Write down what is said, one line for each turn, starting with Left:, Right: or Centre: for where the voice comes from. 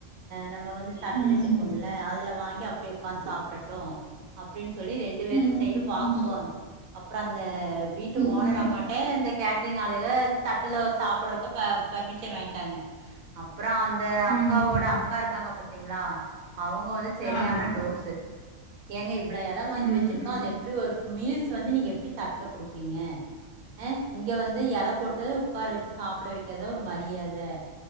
Right: நம்ம வந்து தட்டு
Left: ம்
Right: வச்சிருக்கோம்ல அதுல வாங்கி இங்க அப்டியே உக்காந்து சாப்பிடட்டும் அப்டின் சொல்லி ரெண்டு பேரும்
Left: ம்
Right: சைடு வாக்கு வாதம் அப்றோம் அந்த
Left: ம்
Right: ஓனர் அம்மாடா இந்த கேட்ரிங் ஆளுக தட்டில சாப்பிடறக்கு பர்மிஷன் வாங்கிட்டாங்க அப்றோம் அந்த அக்காவோட
Left: ம்
Right: அக்கா இருக்காங்க பத்த தீங்களா அவங்க வந்து சரியான
Left: ஆமா
Right: டோஸு ஏங்க இவ்ளோ இலை வாங்கிச்சிருக்கோ
Left: ம் ம்
Right: அது எப்டி ஒரு மீல்ஸ் வந்து நீங்க எப்படி தட் வைப்பீங்க அஹ் இங்க வந்து இலை போட்டு உக்கார வச்ச சாப்பிட வை ஒரு மரியாதை